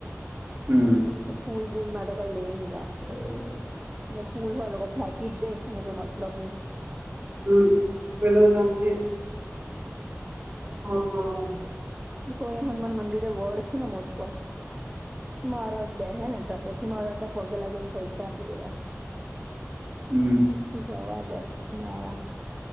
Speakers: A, on the right; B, on the right.
A: હમ
B: ફૂલ બુલ મેં તો કઈ લેઈ ની જાવ.
A: <inaudible>
B: ફૂલ હોય એ લોકો ફેંકી જ દે એનો કોઈ મતલબ ની.
A: હમ પલો <unintelligible> હમ.
B: તો અહીયા હનુમાન મંદિરે વડ છે ને મોટો મહારાજ બેહે ને તા પછી મહારાજને પગે લાગી ને પૈસા આપી દેવા.
A: હમ.
B: જવા જ મોડા.